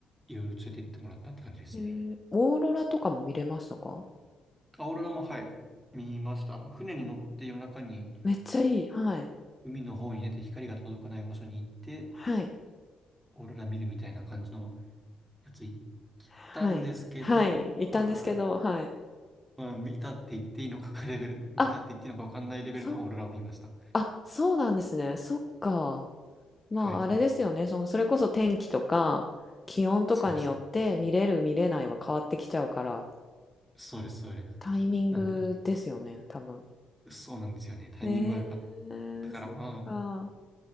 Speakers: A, in the centre; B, on the left.
A: いろいろ連れて行ってもらったって感じですね。
B: へえ。オーロラとかも見れましたか？
A: アオーロラも、はい、見ました。あの、船に乗って夜中に
B: めっちゃいい。はい。
A: 海の方に出て光が届かない場所に行って、
B: はい。
A: オーロラ見るみたいな感じのやつ行っ
B: はい。
A: たんですけど、
B: はい。行ったんですけど、
A: あー
B: はい。
A: まあ、見たって言っていいのか <laughs> レベル、見たって言っていいのかわかんないレベルのオーロラを見ました。
B: あ、そあ、そうなんですね。そっか。まあ、
A: はい。
B: あれですよね。その、それこそ天気とか気温とかによって見れる見れないは変わってきちゃうから、
A: そうです。そうです、そうです。
B: タイミングですよね、
A: なんで、
B: 多分。
A: そうなんですよね。タイミング悪かっ
B: へ
A: たから、
B: え、そっか。
A: まあ、